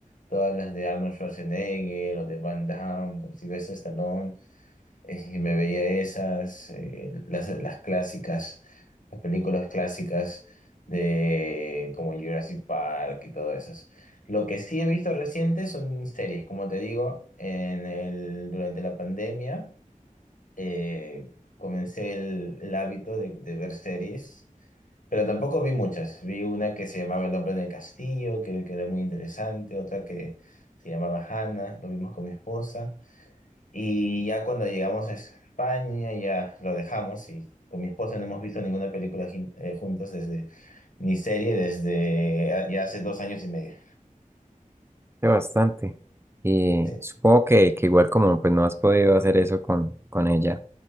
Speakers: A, on the left (about 70°); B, on the right (about 20°).
A: todas las de Arnold Schwarzenegger o de Van Damme o Sylvester Stallone eh, y me veía esas, eh, las, las clásicas, las películas clásicas de como Jurassic Park y todas esas. Lo que sí he visto reciente son series, como te digo, en el, durante la pandemia eh, comencé el, el hábito de, de ver series, pero tampoco vi muchas. Vi una que se llamaba El hombre en el castillo, que, que era muy interesante, otra que se llamaba Hannah, lo vimos con mi esposa. Y ya cuando llegamos a España, ya lo dejamos y con mi esposa no hemos visto ninguna película jin- eh, juntos desde, ni serie desde a- ya hace dos años y medio.
B: Sí, bastante. Y
A: Sí.
B: supongo que, que igual como pues no has podido hacer eso con, con ella,